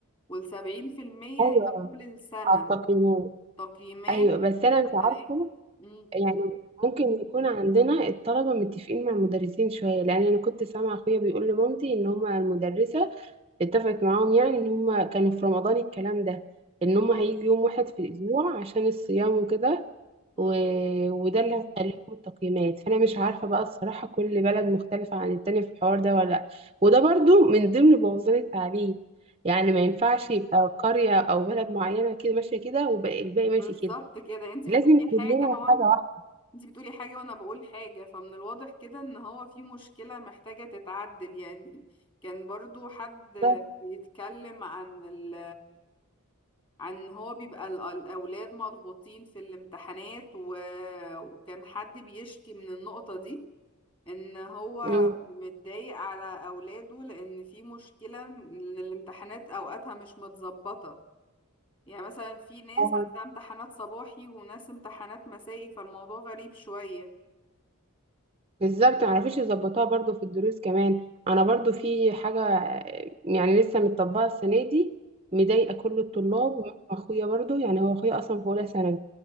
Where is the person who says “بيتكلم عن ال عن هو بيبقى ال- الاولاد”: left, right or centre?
Left